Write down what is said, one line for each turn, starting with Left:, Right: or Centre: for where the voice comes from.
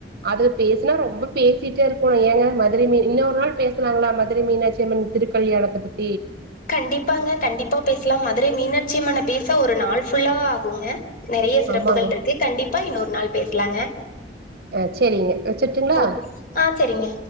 Right: அது பேசுனா ரொம்ப பே சிட்டே இருக்கோணு ஏங்க மதுரை மீன் இன்னொரு நாள் பேசலாங்களா மதுரை மீனாட்சியம்மன் திருக்கல்யாணத்தப் பத்
Left: கண்டிப்பாங்க கண்டிப்பா பேசலாம் மதுரை மீனாட்சி அம்மன பேச ஒரு நாள் ஃபுல்லா ஆகுங்க நெறைய சிறப்புகள்
Right: ஆமாங்க
Left: இருக்கு கண்டிப்பா இன்னொரு நாள் பேசலாங்க
Right: அஹ் சரிங்க வெச்சுட்டுங்களா
Left: ஓ ஆ சரிங்க